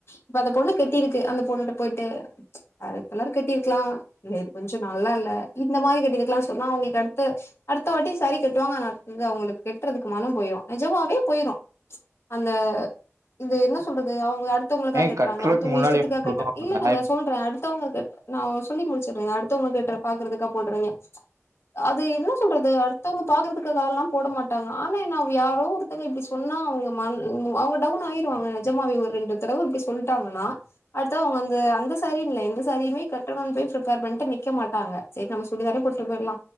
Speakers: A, on the left (about 55°); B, on the right (about 80°).
A: இப்ப அந்த பொண்ணு கட்டிருக்கு அந்த பொண்ணுட்ட போயிட்டு ப்ச் வேற கலர் கட்டிருக்கலா இல்ல இது கொஞ்ச நல்லா இல்ல இந்த மாரி கட்டிருக்கலான்னு சொன்னா அவுங்களுக்கு அடுத்த அடுத்த வாட்டி சாரி கட்டுவாங்க ஆனா அது அவுங்குளுக்கு கற்றதுக்கு மனம் போயிரு நெஜமாவே போயிரு ப்ச் அந்த இது என்ன சொல்றது அவங்க அடுத் தவுங்களுக்காக
B: ஏன்
A: கட்றாங்க
B: கட்றதுக்கு
A: அடுத்தவங்க
B: முன்னாடி
A: இஷ்டத்துக்காக கட் இல்ல இல்லங்க சொல்ற அடுத்தவங்க நா சொல்லி முடிச்சிடுறே அடுத்தவங்க கட்ற பாக்கறதுக்கா போடறீங்க அது என்ன சொல்றது அடுத்தவங்க பாக்குறதுக்காகல்லா போடமா ட்டாங்க ஆனா என்ன அவங்க யாரோ ஒருத்தங்க இப்பிடி சொன்னா அவுங்க ம அவுங்க டவுன் ஆயிருவாங்க நஜமாவ ஒரு ரெண்டு தடவ இப்டி சொல்ட்டாங்கன்னா அடுத்தது அவங்கந்த அந்த சாரின்ல எந்த சாரீமே கட்டணுனு போய் பிரிபேர் பண்ணிட்டு நிக்க மாட்டாங்க சரி நம்ம சுடிதாரே போட்டு போயிடலா